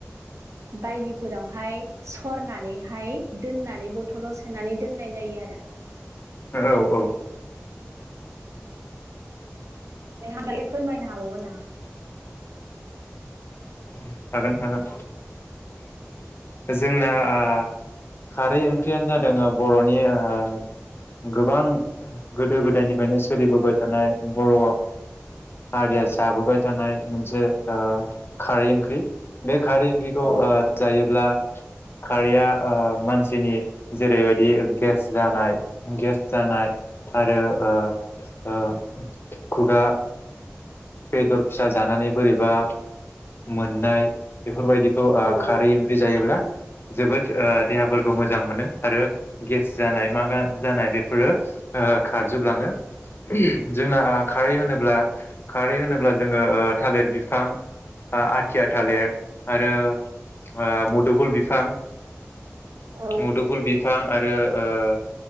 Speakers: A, on the right (about 80°); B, on the left (about 50°).
A: बायदिफोरावहाय सरनानैहाय दोननानै बथ'लाव सोनानै दोननाय जायो आरो।
B: औ औ
A: नों <unintelligible> फोरमायनो हाबावगोन नामा?
B: हागोन हागोन। जोंना ओ खारै ओंख्रियानो जादों बर'नि ओ गोबां गोदो गोदायनिफ्रायनो सोलिबोबाय थानाय बर' हारिया जाबोबाय थानाय मोनसे ओ खारै ओंख्रि। बे। खारै ओंख्रिखौ
A: औ
B: ओ- जायोब्ला। खारैया ओ- मानसिनि जेरैबायदि गेस जानाय गेस जानाय आरो ओ- ओ- खुगा बेदर फिसा जानानै बोरैबा मोननाय । बेफोरबायदिखौ ओ-
A: औ
B: खारै ओंख्रि जायोब्ला। जोबोद ओ- देहाफोरखौ मोजां मोनो आरो गेस जानाय मा जानाय बेफोरो ओ-खारजोबलाङो। जोंना खारै होनोब्ला खारै होनोब्ला जोङो ओ-थालिर बिफां ओ- आथिया। थालिर आरो ओ- मुदुफुल बिफां।
A: औ
B: मुदुफुल बि बिफां आरो ओ-